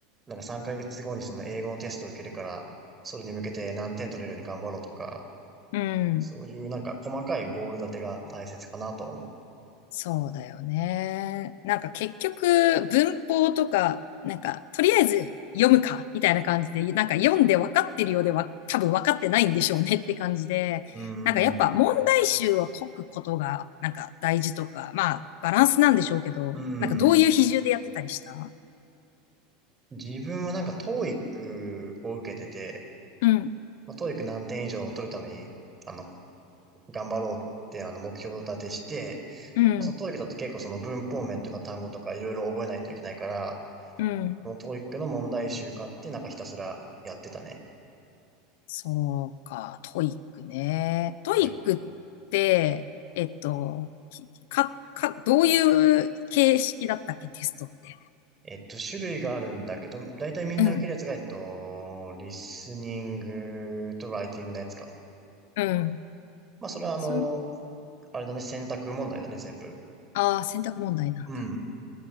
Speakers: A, on the right; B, on the left.
A: う、なんか3ヶ月後にその英語のテストを受けるから、それに向けて何点取れるように頑張ろうとか、
B: うん。
A: そういうなんか細かいゴール立てが大切かなとは思
B: そうだよね。なんか結局文法とか、なんかとりあえず読むかみたいな感じで、なんか読んで分かってるようでは多分分かってないんでしょうねって感じで、
A: う。う
B: なんかやっぱ問題集を解くことがなんか大事とか、
A: ーん。
B: まあバランスなんでしょうけど、
A: うん。
B: なんかどういう比重でやってたりした
A: 自分はなんか TOEIC を受けてて、
B: うん、
A: まあ、TOEIC 何点以上取るために、あの、頑張ろうってあの目標を立てして、
B: うん、
A: そのト o e i だと結構その文法面とか単語とかいろいろ覚えないといけないから、
B: うん。
A: このトーイックの問題集化ってなんかひたすらやってたね。
B: そうか、トイックね。トイックって、
A: はい。
B: えっと、きか、か、どういう形式だったっけ、テストって。
A: えっと、種類があるんだけど、だいたいみんな受けるやつが、
B: うん、
A: えっと、リスニングとライティングのやつか。
B: うん。
A: まあ、それはあの、
B: そ、
A: あれだね、選択問題だね、全部。
B: ああ、選択問題なんだ。
A: うん。